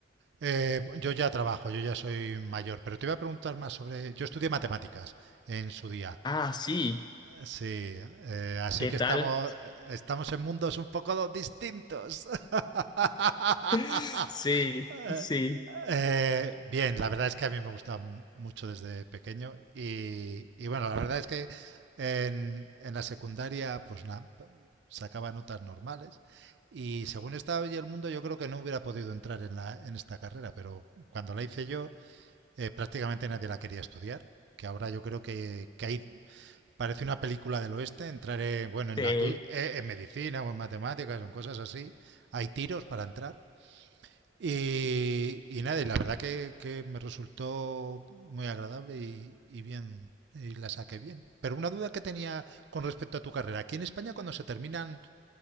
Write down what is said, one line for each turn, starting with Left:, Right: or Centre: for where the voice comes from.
Right: Eh, yo ya trabajo, yo ya soy mayor, pero te iba a preguntar más sobre... Yo estudié matemáticas en su día
Left: Ah, sí,
Right: Sí, eh, así
Left: ¿qué
Right: que
Left: tal?
Right: estamos, estamos en mundos un poco distintos. <laughs>
Left: <laughs> Sí,
Right: Eh,
Left: sí,
Right: eh, bien, la verdad es que a mí me gusta m- mucho desde pequeño y, y bueno, la verdad es que en, en la secundaria pues nada, sacaba notas normales y según está hoy el mundo yo creo que no hubiera podido entrar en la, en esta carrera, pero cuando la hice yo eh, prácticamente nadie la quería estudiar, que ahora yo creo que, que hay Parece una película del oeste, entraré, bueno, en,
Left: sí,
Right: la, tu- eh, en medicina o en matemáticas o en cosas así. Hay tiros para entrar. Y, y nada, y la verdad que, que me resultó muy agradable y, y bien, y la saqué bien. Pero una duda que tenía con respecto a tu carrera. Aquí en España cuando se terminan,